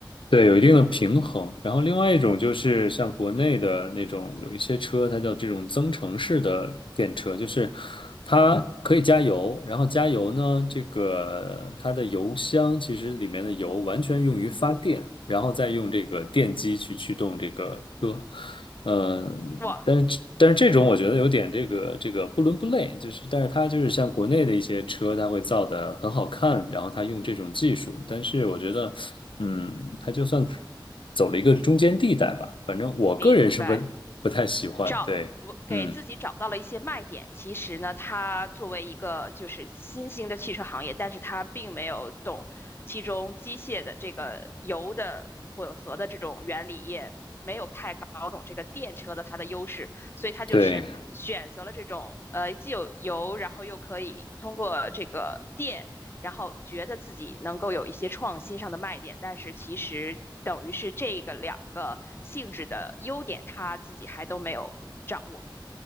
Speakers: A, on the left; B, on the left.
A: 对，有一定的平衡。然后另外一种就是像国内的那种，有一些车它叫这种增程式的电车，就是它可以加油，然后加油呢，这个它的油箱其实里面的油完全用于发电，然后再用这个电机去驱动这个车。嗯，
B: 哇，
A: 但是但是这种我觉得有点这个这个不伦不类，就是但是它就是像国内的一些车，它会造的很好看，然后它用这种技术，但是我觉得，嗯，它就算走了一个中间地带吧，反正我个人是不不太喜欢，
B: 明白，找我给自己找到了一些卖点。
A: 对，嗯，
B: 其实呢，它作为一个就是新兴的汽车行业，但是它并没有懂其中机械的这个油的混合的这种原理，也没有太搞懂这个电车的它的优势，所以它就是选择了这种呃既有油，
A: 对。
B: 然后又可以通过这个电然后觉得自己能够有一些创新上的卖点，但是其实等于是这个两个性质的优点，他自己还都没有掌握。